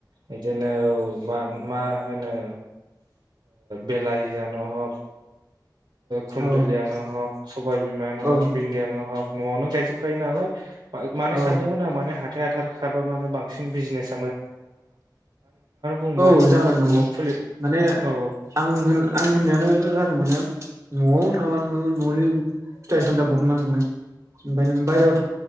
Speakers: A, on the right; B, on the right.
A: बिदिनो मा मा होनो बेलाहिआनो हक खुन्दलया
B: औ
A: न हक सबबायबिमा न
B: औ
A: हक बिन्दया न हक न'आवनो गायजोबखायो नालाय मान
B: औ
A: सानदोंमोन आं माने हााइ हाथार खारबा मानोे बांसिन बिजनेस बुंबाय
B: औ जागोन माने
A: न'आव फुलि
B: माने
A: औ
B: आं होन आं होननाय <unintelligible> जादों माने न'आव थाबा नोङो न'नि फिथाइ सामथा बरनो नांगोन ओमफ्राय नों बायेरायाव